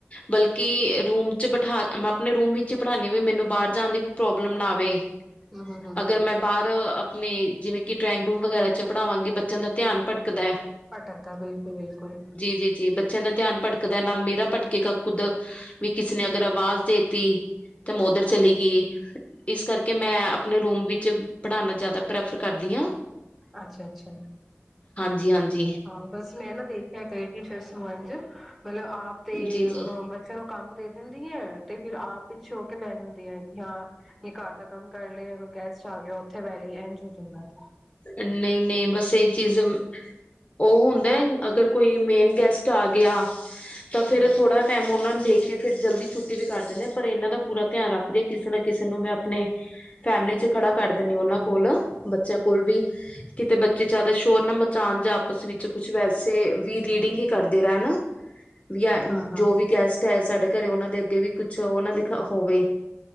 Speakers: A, on the left; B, in the centre.
A: ਬਲਕਿ ਰੂਮ ਚ ਬਿਠਾ ਮੈਂ ਆਪਣੇ ਰੂਮ ਵਿਚ ਹੀ ਬਠਾਣੀ ਆ ਮੈਨੂੰ ਬਾਹਰ ਜਾਣ ਦੀ ਵੀ ਪ੍ਰੋਬਲਮ ਨਾ ਆਵੇ।
B: ਹੂੰ ਹੂੰ ਹੂੰ
A: ਅਗਰ ਮੈਂ ਬਾਹਰ ਅਪ ਨੇ ਜਿਵੇਂ ਕਿ ਡਰਾਇੰਗ ਰੂਮ ਵਗੈਰਾ ਚ ਪੜ੍ਹਾਵਾਂਗੀ, ਬੱਚਿਆਂ ਦਾ ਧਿਆਨ ਭਟਕਦਾ ਐ।
B: ਭਟਕਦਾ ਬਿਲਕੁਲ-ਬਿਲਕੁਲ।
A: ਜੀ ਜੀ ਬੱਚਿਆਂ ਦਾ ਧਿਆਨ ਭਟਕਦਾ ਨਾਲ ਮੇਰਾ ਭਟਕੇਗਾ ਖੁੱਦ ਵੀ ਕਿਸੇ ਨੇ ਅਗਰ ਆਵਾਜ਼ ਦੇਤੀ। ਤੇ ਮੈਂ ਓਧਰ ਚਲੀ ਗਈ। ਇਸ ਕਰਕੇ ਮੈਂ ਆਪਣੇ ਰੂਮ ਵਿੱਚ ਪੜ੍ਹਾਣਾ ਜ਼ਿਆਦਾ ਪ੍ਰੈਫਰ ਕਰਦੀ ਹਾਂ।
B: ਅੱਛਾ-ਅੱਛਾ।
A: ਜੀ ਹਾਂਜੀ।
B: ਹਾਂ ਬਸ ਮੈਂ ਨਾ ਦੇਖਿਆ ਕਈ ਟੀਚਰਸ ਨੂੰ ਇੰਝ ਮਤਲਬ ਆਪ ਤੇ
A: ਜੀ-ਜੀ
B: ਅ ਬੱਚਿਆਂ ਨੂੰ ਕੰਮ ਦੇ ਦਿੰਦੀ ਹੈ। ਤੇ ਫਿਰ ਆਪ ਪਿੱਛੇ ਹੋ ਕੇ ਬਹਿ ਜਾਂਦੀਆਂ ਕਿ ਹਾਂ ਜੇ ਘਰ ਦਾ ਕੰਮ ਕਰ ਲਿਆ ਕੋਈ ਗੈਸਟ ਆ ਗਿਆ ਉੱਥੇ ਬਹਿ ਗਈ ਇੰਝ ਹੋ ਜਾਂਦਾ ਹੈ।
A: ਨਹੀਂ-ਨਹੀਂ ਬਸ ਇਹ ਚੀਜ਼ ਉਹ ਹੁੰਦਾ ਅਗਰ ਕੋਈ ਮੇਨ ਗੈਸਟ ਆ ਗਿਆ। ਤਾਂ
B: ਹੈ।
A: ਫਿਰ ਥੋੜਾ ਟਾਈਮ ਉਹਨਾਂ ਨੂੰ ਦੇਖ ਕੇ ਫਿਰ ਜਲਦੀ ਛੁੱਟੀ ਵੀ ਕਰ ਦਿੰਦੇ ਆਂ ਇਹਨਾਂ ਦਾ ਪੂਰਾ ਧਿਆਨ ਰੱਖਦੀ ਆਂ, ਕਿਸੇ ਨਾ ਕਿਸੇ ਨੂੰ ਮੈਂ ਆਪਣੇ ਫੈਮਿਲੀ ਚ ਖੜਾ ਕਰ ਦਿੰਦੀ ਉਹਨਾਂ ਕੋਲ ਬੱਚਿਆਂ ਕੋਲ ਕੋਲ ਵੀ ਕਿਤੇ ਬੱਚੇ ਜਿਆਦਾ ਸ਼ੋਰ ਨਾ ਮਚਾਉਣ ਜਾਂ ਆਪਸ ਵਿੱਚ ਕੁਛ ਵੈਸੇ ਵੀ ਰੀਡਿੰਗ ਹੀ ਕਰਦੇ ਰਹਿਣ। ਵੀ ਆ
B: ਹਾਂ ਹਾਂ
A: ਜੋ ਵੀ ਗੈਸਟ ਹੈ ਸਾਡੇ ਘਰੇ ਉਹਨਾਂ ਦੇ ਅੱਗੇ ਵੀ ਕੁਛ ਉਹ ਨਾ ਦਿਖਾ ਹੋਵੇ।